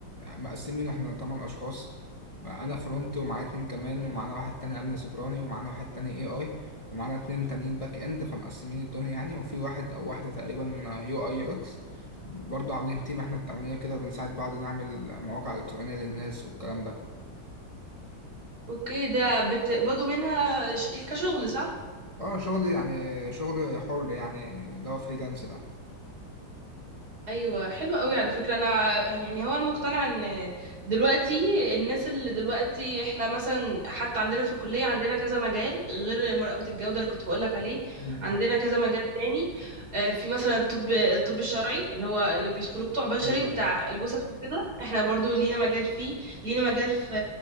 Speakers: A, on the left; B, on the right.
A: مقسمين احنا تمن اشخاص بقى انا فرونت ومعايا اتنين كمان ومعانا واحد تاني امن سيبراني ومعانا واحد تاني اي اي ومعانا اتنين تانيين باك اند فمقسمين الدنيا يعني وفي واحد او واحدة تقريبا يو اي يو اكس برضو عاملين تيم احنا التمانية كده بنساعد بعض نعمل مواقع الكترونية للناس والكلام ده
B: اوكي ده بتقبضوا منها ش- كشغل صح
A: اه شغل يعني شغل حر يعني اللي هو فريلانس ده
B: ايوه حلو قوي على فكره انا يعني هو المقتنع ان دلوقتي الناس اللي دلوقتي احنا مثلا حتى عندنا في الكليه عندنا كذا مجال غير مراقبه الجوده اللي كنت بقولك عليه
A: مم.
B: عندنا كذا مجال تاني آه، في مثلا الطب الطب الشرعي اللي هو اللي بيدخلوه بتوع بشري
A: ايوه
B: بتاع الجثث وكده احنا برضو لينا مجال فيه لينا مجال في